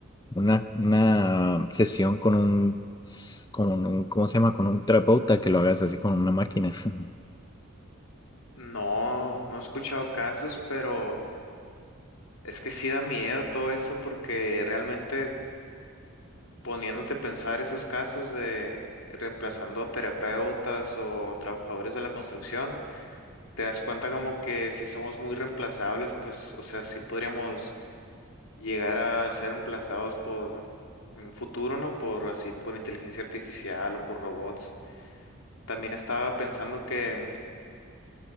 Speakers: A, on the left (about 20°); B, on the left (about 80°).
A: Una, una sesión con un, con un, ¿cómo se llama? Con un terapeuta que lo hagas así con una máquina. <laughs>
B: no, no he escuchado casos, pero es que sí da miedo todo eso porque realmente poniéndote a pensar esos casos de reemplazando a terapeutas o trabajadores de la construcción, te das cuenta como que si somos muy reemplazables, pues, o sea, sí podríamos llegar a ser reemplazados por, en un futuro, ¿no? Por así, por inteligencia artificial o por robots. También estaba pensando que,